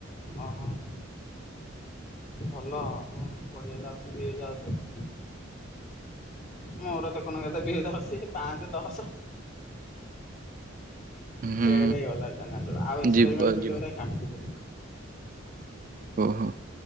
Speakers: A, on the left (about 45°); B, on the right (about 40°).
A: ଅ ହ ଭଲ ଆ ବଢିଆ ଯାଉଛି ବି ଯାଉଛି ଆଉ। ମୋର ଦେଖୁନୁ କେତେ ଭିୟୁ ଯାଉଚି ପାଞ୍ଚ ଦଶ।
B: ହୁଁ
A: ଫେଡ଼େ ହେଇଗଲା ଚାନେଲେ ଗୁଡା ଆଉ ଏକ୍ସପେରିମେଣ୍ଟ
B: ଯିବ
A: ମିଟିବରେ
B: ଯିବ।
A: କାଟି
B: ଓହୋ।